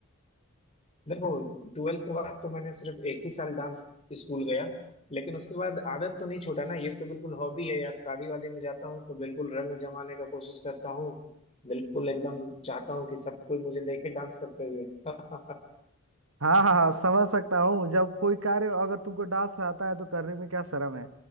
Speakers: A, on the left; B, on the right.
A: देखो ट्वेल्थ के बाद तो मैंने सिर्फ एक ही साल डांस स्कूल गया लेकिन उसके बाद आदत तो नहीं छोड़ा ना ये तो बिल्कुल हॉबी है यार शादी वादी में जाता हूँ तो बिल्कुल रंग जमाने का कोशिश करता हूँ बिल्कुल एकदम चाहता हूँ कि सब कोई मुझे देखे डांस करते हुए <laughs>
B: हाँ हाँ हाँ समझ सकता हूँ जब कोई कार्य अगर तुमको डांस आता है तो करने में क्या शर्म है